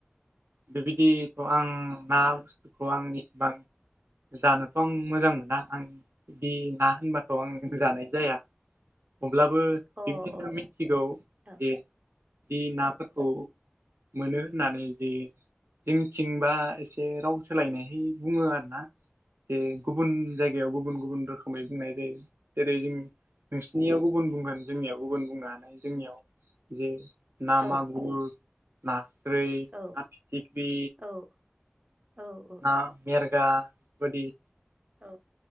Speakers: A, on the right (about 70°); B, on the right (about 40°).
A: बेबायदिखौ आं ना बुस्थुखौ आं इसेबां जानोथ' आं मोजां मोना आं बिदि ना होनबा थ' आं जानाय जाया अब्लाबो
B: औ
A: बिबायदिनो
B: अ
A: थिगौ
B: अ
A: जे बे नाफोरखौ
B: अ
A: मोनो होननानै जे जोंनिथिंबा एसे राव सोलायनायै बुङो आरो ना। जे गुबुन जायगायाव गुबुन गुबुन रोखोमै बुंनाय जायो जेरै जों नोंसिनियाव गुबुन बुंगोन जोंनियाव गुबुन बुंनो जोंनियाव जे
B: औ
A: ना मागुर, नास्रै,
B: औ
A: ना फिथिख्रि
B: औ औ
A: ना मेरगा बे बायदि
B: औ